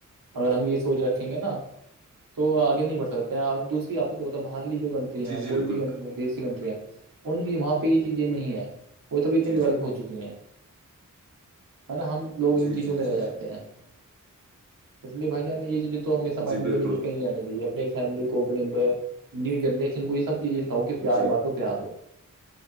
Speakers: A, on the right (about 85°); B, on the right (about 60°).
A: اگر ہم یہ سوچ رکھیں گے نا تو آگ نہیں بڑ سکتے ہیں اور دوسریپ کو بتا برلی جو گنٹ
B: جی جی
A: کوئی
B: بالکل
A: بھی دی کنٹری ہیں پن جی وہاں پہ یہ چیزیں نہیں ہے وہ توبھی اتنی
B: جی
A: ڈییولپ
B: جی
A: ہو چکی ہیں ہے نا ہم لوگ
B: جی
A: ان چیزوں
B: جی
A: پ
B: جی
A: رہ جاتے ہیں اس لیے بھائی جان نے یہ چیز تو ہمیشہ مائنڈ
B: جی بالکل
A: میں کبھی دیکھ نہیں جا چاہیے اپنی فیملی کور نیو جنریشن کو اس سب چیزیں سکھاؤ کہ پیار
B: جی
A: باتو پیار دو